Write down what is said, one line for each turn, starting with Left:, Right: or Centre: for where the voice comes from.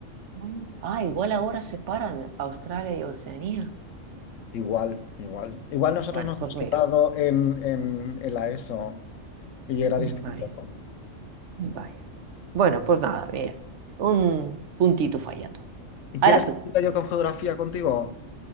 Right: Mm. Ah, igual ahora separan Australia y Oceanía.
Left: Igual, igual. Igual nosotros
Right: Bueno,
Left: nos
Right: pues
Left: hemos
Right: mira,
Left: quedado en, en, en la ESO y era distinto.
Right: Mm, vaya, mm, vaya. Bueno, pues nada, mira, un puntito fallado. Ahora
Left: ¿Quieres
Right: tú,
Left: que siga yo con geografía contigo?